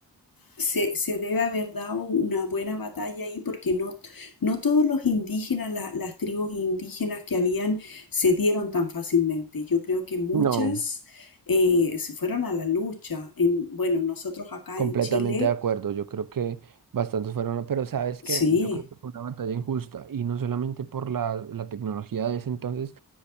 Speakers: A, on the left (about 65°); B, on the right (about 60°).
A: se, se debe haber dado una buena batalla ahí porque no, no todos los indígenas, la- las tribus indígenas que habían, se dieron tan fácilmente. Yo creo que muchas
B: No,
A: eh, se fueron a la lucha. En, bueno, nosotros acá
B: Completamente
A: en Chile,
B: de acuerdo, yo creo que bastantes fueron, ¿no? pero sabes
A: sí,
B: que yo creo que fue una batalla injusta y no solamente por la, la tecnología de ese entonces,